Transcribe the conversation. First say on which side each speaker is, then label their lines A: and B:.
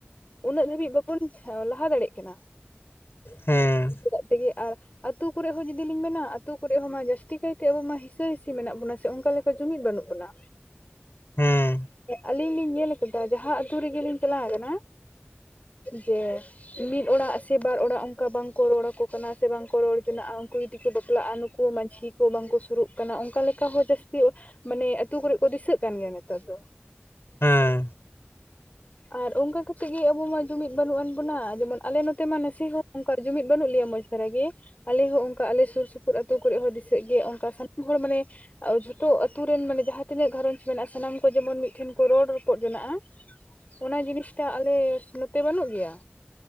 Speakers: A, on the left; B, on the left.
A: ᱩᱱᱟᱹᱜ ᱫᱷᱟᱹᱵᱤᱡ ᱵᱟᱵᱚᱱ ᱞᱟᱦᱟ ᱫᱟᱲᱮᱜ ᱠᱟᱱᱟ
B: ᱦᱮᱸ
A: ᱪᱮᱫᱟᱜ ᱛᱮᱜᱮ ᱟᱨ ᱟᱛᱩ ᱠᱚᱨᱮ ᱦᱚᱸ ᱡᱩᱫᱤ ᱞᱤᱧ ᱢᱮᱱᱟ ᱟᱹᱛᱩ ᱠᱚᱨᱮ ᱦᱚᱸᱢᱟ ᱡᱟᱥᱛᱤ ᱠᱟᱭ ᱛᱮ ᱟᱵᱩ ᱦᱚᱸ ᱟᱵᱚ ᱢᱟ ᱦᱤᱥᱟᱹ ᱦᱤᱥᱤ ᱢᱮᱱᱟᱜ ᱵᱚᱱᱟ ᱥᱮ ᱚᱝᱠᱟ ᱞᱮᱠᱟ ᱥᱮ ᱡᱩᱢᱤᱫ ᱵᱟᱹᱱᱩᱜ ᱵᱚᱱᱟ
B: ᱦᱮᱸ
A: ᱟᱞᱤᱧ ᱞᱤᱧ ᱧᱮᱞ ᱟᱠᱟᱫᱟ ᱡᱟᱦᱟᱸ ᱟᱛᱩ ᱨᱮᱜᱮᱞᱤᱧ ᱪᱟᱞᱟᱣ ᱠᱟᱱᱟ ᱡᱮ ᱢᱤᱫ ᱚᱲᱟᱜ ᱥᱮ ᱵᱟᱨ ᱚᱲᱟᱜ ᱚᱝᱠᱟ ᱵᱟᱝ ᱠᱚ ᱨᱚᱲᱟ ᱠᱚ ᱠᱟᱱᱟ ᱥᱮ ᱵᱟᱝᱠᱚ ᱨᱚᱲ ᱡᱚᱱᱟᱜᱼᱟ ᱩᱝᱠᱩ ᱡᱩᱫᱤ ᱠᱚ ᱵᱟᱯᱞᱟᱜᱼᱟ ᱱᱩᱠᱩ ᱢᱟᱡᱷᱤ ᱠᱚ ᱵᱟᱝᱠᱚ ᱥᱩᱨᱩᱜ ᱠᱟᱱᱟ ᱚᱱᱠᱟ ᱞᱮᱠᱟ ᱦᱚᱸ ᱡᱟᱥᱛᱤ ᱢᱟᱱᱮ ᱟᱹᱛᱩ ᱠᱚᱨᱮ ᱠᱚ ᱫᱤᱥᱟᱹᱜ ᱠᱟᱱ ᱜᱮᱭᱟ ᱱᱮᱛᱟᱨ ᱫᱚ
B: ᱦᱮᱸ
A: ᱦ <unintelligible> ᱟᱨ ᱚᱝᱠᱟ ᱠᱟᱛᱮᱫ ᱜᱮ ᱟᱵᱚ ᱢᱟ ᱡᱩᱢᱤᱫ ᱵᱟᱹᱱᱩᱜ ᱟᱱ ᱵᱚᱱᱟ ᱡᱮᱢᱚᱱ ᱟᱞᱮ ᱱᱚᱛᱮ ᱢᱟ ᱱᱟᱥᱮ ᱦᱚᱸ ᱚᱝᱠᱟ ᱡᱩᱢᱤᱫ ᱵᱟᱹᱱᱩᱜ ᱞᱮᱭᱟ ᱢᱚᱸᱡᱽ ᱠᱚᱨᱜᱮ ᱟᱞᱮ ᱦᱚᱸ ᱚᱝᱠᱟ ᱟᱞᱮ ᱥᱩᱨ ᱥᱩᱯᱩᱨ ᱟᱹᱛᱩ ᱠᱚᱨᱮ ᱦᱚᱸ ᱫᱤᱥᱟᱹᱜ ᱜᱮ ᱚᱝᱠᱟ ᱥᱟᱱᱟᱢ ᱦᱚᱲ ᱢᱟᱱᱮ ᱟᱨ ᱡᱷᱚᱛᱚ ᱟᱛᱩ ᱨᱮᱱ ᱢᱟᱱᱮ ᱡᱟᱦᱟᱸ ᱛᱤᱱᱟᱹᱜ ᱜᱷᱟᱨᱚᱧᱡᱽ ᱢᱮᱱᱟᱜᱼᱟ ᱥᱟᱱᱟᱢ ᱠᱚ ᱡᱮᱢᱚᱱ ᱢᱤᱫ ᱴᱷᱮᱱ ᱠᱚ ᱨᱚᱲ ᱨᱚᱯᱚᱫ ᱡᱚᱱᱟᱜᱼᱟ ᱚᱱᱟ ᱡᱤᱱᱤᱥᱴᱟᱜ ᱟᱞᱮ ᱱᱚᱛᱮ ᱵᱟᱹᱱᱩᱜ ᱜᱮᱭᱟ